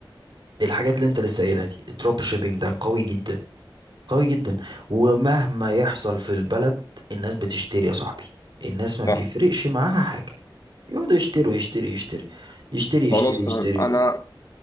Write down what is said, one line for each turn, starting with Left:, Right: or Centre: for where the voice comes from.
Right: الحاجات اللي انت لسه قايلها دي الدروب شيبينج ده قوي جدا قوي جدا ومهما يحصل في البلد الناس بتشتري يا صاحبي الناس ما
Left: صح
Right: بيفرقش معاها حاجة يقعدوا يشتروا يشتري يشتري يشتري يشتري
Left: خلاص
Right: يشتري
Left: تمام
Right: و...
Left: انا